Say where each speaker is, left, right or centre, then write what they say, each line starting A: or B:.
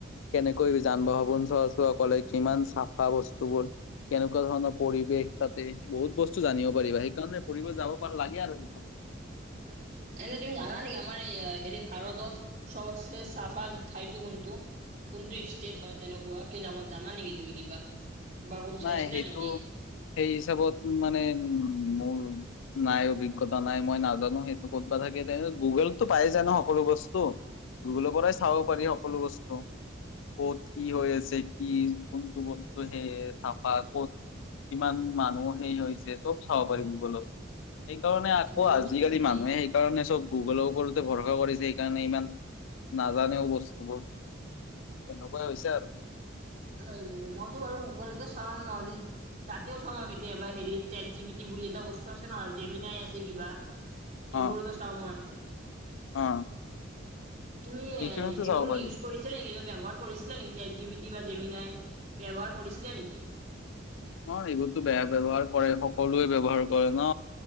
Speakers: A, on the left; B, on the right.
A: কেনেকৈ যান-বাহন চলা-চল কৰে, কিমান চাফা বস্তুবোৰ। কেনেকুৱা ধৰণৰ পৰিৱেশ তাতে, বহুত বস্তু জানিব পাৰিবা, সেইকাৰণে ফুৰিব যাব পা লাগে আৰু সেইফালে
B: <unintelligible> এনে তুমি জানা নেকি আমাৰ হেৰি ভাৰতত সবতসে চাফা ঠাইটো কোনটো কোনটো ষ্টেট হয় তেনেকুৱা জানা নেকি তুমি কিবা বা ক'তো
A: নাই
B: চাইছিলা
A: সেইটো
B: নেকি
A: সেই হিচাপত মানে উ মোৰ নাই অভিজ্ঞতা নাই মই নাজানো সেইটো ক'তবা থাকে গুগলততো পাই যায় ন সকলো বস্তু গুগলৰ পৰাই চাব পাৰি সকলো বস্তু ক'ত কি হৈ আছে কি কোনটো বস্তু হে- চফা ক'ত কিমান মানুহ সেই হৈছে চব চাব পাৰি গুগলত সেইকাৰণে আকৌ
B: গুগলত
A: আজিকালি
B: চাব পাৰি
A: মানুহে সেইকাৰণে চব গুগলৰ ওপৰতে ভৰসা কৰিছে সেইকাৰণে ইমান নাজানেও বস্তুবোৰ তেনেকুৱা হৈছে আৰু
B: ন মইতো বাৰু গুগলতে চাও এ তাতেও চাঁও মই কেতিয়াবা হেৰিত চেট জি পি টি বুলি এটা বস্তু আছে ন জেমিনাই আছে কিবা
A: অ
B: এইবোৰোতো চাঁও মই
A: অ
B: তুমি এ
A: এইখিনিতো
B: সেইবোৰ
A: চাব পাৰি
B: ইউজ কৰিছিলা নেকি নে ব্যৱহাৰ কৰিছিলে নেকি চেট জি পি টি বা জেমিনাই ব্যৱহাৰ কৰিছিলে নেকি
A: অ এইবোৰতো বেয়া ব্যৱহাৰ কৰে সকলোৱে ব্যৱহাৰ কৰে। ন